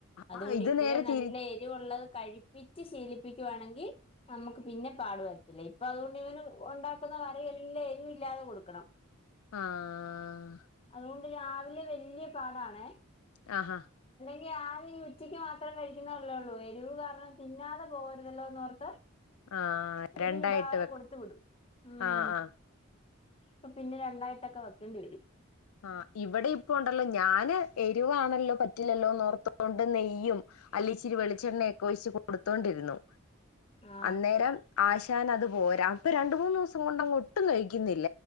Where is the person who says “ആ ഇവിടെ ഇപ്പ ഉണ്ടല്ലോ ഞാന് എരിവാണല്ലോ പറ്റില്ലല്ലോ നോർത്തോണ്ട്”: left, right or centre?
Left